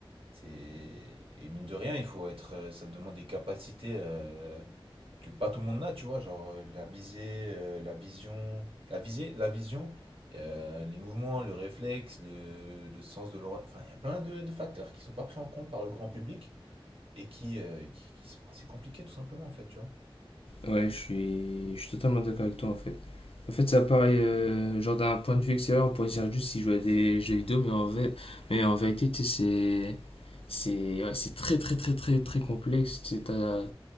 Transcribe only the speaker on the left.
Ouais, je suis, je suis totalement d'accord avec toi, en fait. En fait, ça paraît, euh, genre d'un point de vue extérieur, on pourrait dire juste s'ils jouaient à des jeux vidéo, mais en, vrai- mais en vérité, tu sais, c'est. C'est ouais, c'est très, très, très, très, très complexe. Tu sais, t'as-